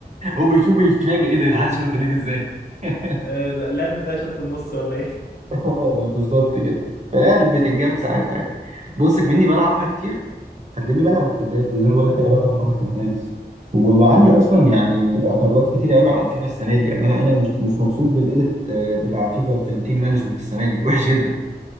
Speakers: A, on the right; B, on the left.
A: هو بيشوف بيتفاجئ ايه ده الحارس واقف هناك ازاي <laughs>
B: آه، ده اللاعب بتاعي شات في النص ولا ايه
A: اه بالظبط كده فيعني بتتجاب ساعات عادي بص مني بلعبها كتير هتلاقيني بلعب سكيلات وزي ما بقول لك كده بعرف افرك الحارس و- وعندي اصلا يعني اعتراضات كتير قوي على فيفا السنه دي يعني انا انا مش مش مبسوط بالايديت آه، بتاع فيفا في التيم مانجمنت السنه دي وحش جدا